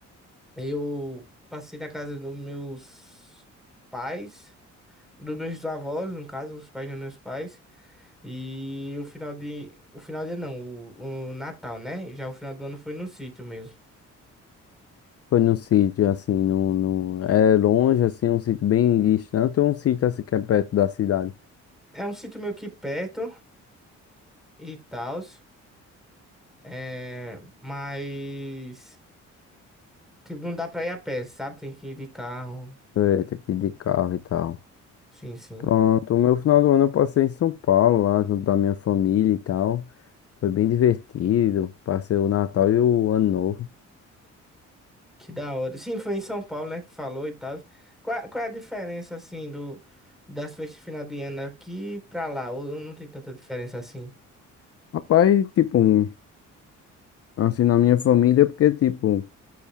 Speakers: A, in the centre; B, on the left (about 50°).
A: Eu passei na casa dos meus pais, dos meus avós, no caso, os pais dos meus pais. E o final de. O final de não, o, o Natal, né? Já o final do ano foi no sítio mesmo.
B: Foi num sítio assim, num, num, é longe, assim, um sítio bem distante ou um sítio assim que é perto da cidade?
A: É um sítio meio que perto e tal. É, mas. Tipo, não dá pra ir a pé, sabe? Tem que ir de carro.
B: Foi, tem que ir de carro e tal.
A: Sim, sim.
B: Pronto, o meu final do ano eu passei em São Paulo, lá junto da minha família e tal. Foi bem divertido. Passei o Natal e o Ano Novo.
A: Que da hora. Sim, foi em São Paulo, né, que tu falou e tal. Qual, qual é a diferença, assim, do, das festas de final de ano aqui pra lá? Ou não tem tanta diferença assim?
B: Rapaz, tipo, um, assim, na minha família, porque, tipo,